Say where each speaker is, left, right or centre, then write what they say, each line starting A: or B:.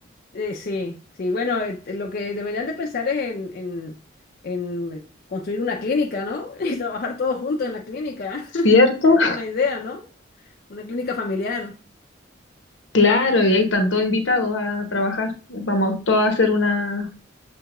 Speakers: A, on the left; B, on the left.
A: eh, sí, sí, bueno, eh, lo que deberían de pensar es en, en, en construir una clínica, ¿no? <laughs> Y trabajar todos juntos en la clínica.
B: ¿Cierto?
A: <laughs> Una idea, ¿no? Una clínica familiar,
B: Claro, y ahí están todos invitados a trabajar. Vamos todos a hacer una